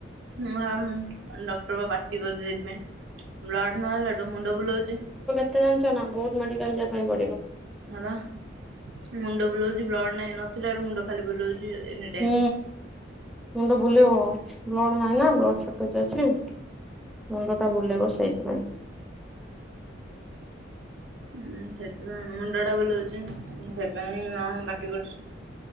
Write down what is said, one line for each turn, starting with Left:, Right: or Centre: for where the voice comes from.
Right: ଡକ୍ଟର ବା ପାଟି କରିଚି ସେଇଥିପାଇଁ। ବ୍ଲଡ଼ ନହେଲାଠୁ ମୁଣ୍ଡ ବୁଲଉଛି।
Centre: ଏତେ ଜାଣିଛ ନା ବହୁତ ମେଡିକାଲ ଯିବା ପାଇଁ ପଡ଼ିବ
Right: ହଁ ବା ମୁଣ୍ଡ ବୁଲୋଉଛି ବ୍ଲଡ ନାଇଁ ନଥିଲା ଆରୁ ମୁଣ୍ଡ ଖାଲି ବୁଲଉଛି। ଏନି ଟାଇମ
Centre: ହୁଁ ମୁଣ୍ଡ ବୁଲେଇବ ବ୍ଲଡ଼ ନାଇଁ ନା ବ୍ଲଡ଼ ସଟେଜ୍ ଅ ଛି ମୁଣ୍ଡଟା ବୁଲେଇବ ସେଇଥିପାଇଁ
Right: ହଁ ସେଥିପାଇଁ ମୁଣ୍ଡ ଟା ବୁଲଉଛି ସେଥିପାଇଁ ମା ପାଟି କରୁଛି।